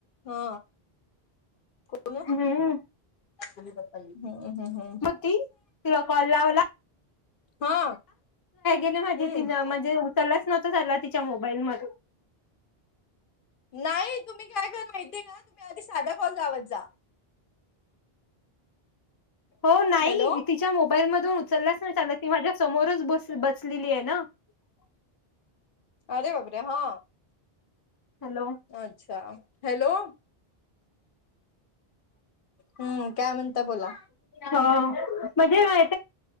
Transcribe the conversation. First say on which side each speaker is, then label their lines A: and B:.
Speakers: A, on the left (about 60°); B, on the left (about 35°).
A: हा को
B: हम्म
A: हम् हम्म हम्म
B: होती तिला कॉल लावला
A: हा.
B: े
A: हम्म
B: ति म्हणजे उचललाच नवत चला ति मोबाईल म
A: नाही तुम्ही काय कर माहितीय का तुम्ही आधी साधा पाऊल लावत जा.
B: हो नाही
A: हॅलो
B: तिच्या मोबाईल मधून उचलल्यास ना चालत ती माझ्या समोरचस बसलेली आहे ना. ह.
A: अरे वाबरे हा
B: हॅलो
A: अच्छा हॅलो हम्म काय म्हणता बोला
B: हो म्हणजे माह